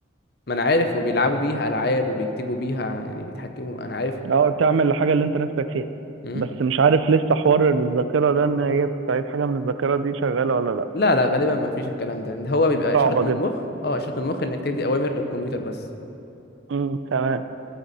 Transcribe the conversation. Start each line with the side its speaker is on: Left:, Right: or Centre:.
Left: ما انا عارف وبيلعبوا بيها العاب وبيكتبوا بيها يعني بيتحكموا انا عارف
Right: اه تعمل الحاجة اللي انت نفسك فيها
Left: مم.
Right: بس مش عارف لسه حوار الذاكرة ده ان هي بتعيد حاجة من الذاكرة دي شغالة ولا لا
Left: لا لا غالبا ما فيش الكلام ده هو بيبقى اشارات
Right: صعبة
Left: من
Right: جدا
Left: مخ اه اشارات من مخ انك تدي اوامر للكمبيوتر بس
Right: امم تمام